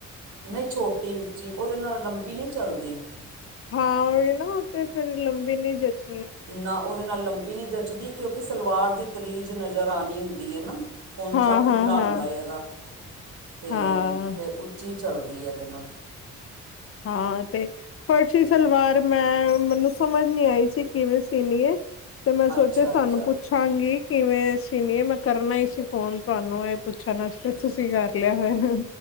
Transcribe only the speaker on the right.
ਨਹੀਂ, ਛੋਟੀ ਉੱਚੀ ਉਹਦੇ ਨਾਲ ਲੰਬੀ ਨਹੀਂ ਚੱਲਦੀ।
ਨਾ, ਉਹਦੇ ਨਾਲ ਲੰਬੀ ਨਹੀਂ ਜੱਚਦੀ ਕਿਉਂਕਿ ਸਲਵਾਰ ਦੀ ਤਰੀਜ਼ ਨਜ਼ਰ ਆਉਣੀ ਹੁੰਦੀ ਹੈ ਨਾ। ਪਹੁੰਚਾ
ਖੁੱਲ੍ਹਾ
ਹੁੰਦਾ ਹੈ ਇਹਦਾ, ਤੇ
ਫਿਰ ਉੱਚੀ ਚੱਲਦੀ ਹੈ ਇਹਦੇ ਨਾਲ।
ਅੱਛਾ ਅੱਛਾ